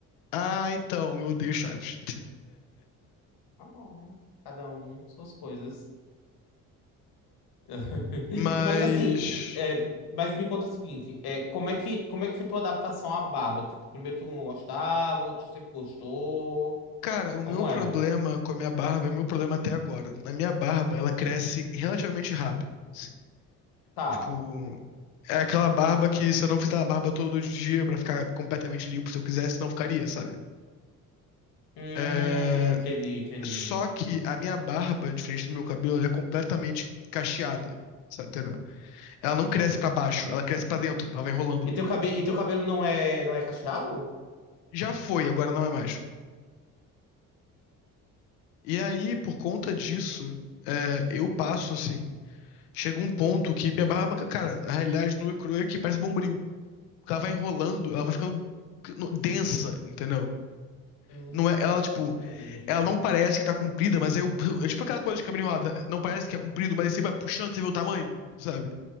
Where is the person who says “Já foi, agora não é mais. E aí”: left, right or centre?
Left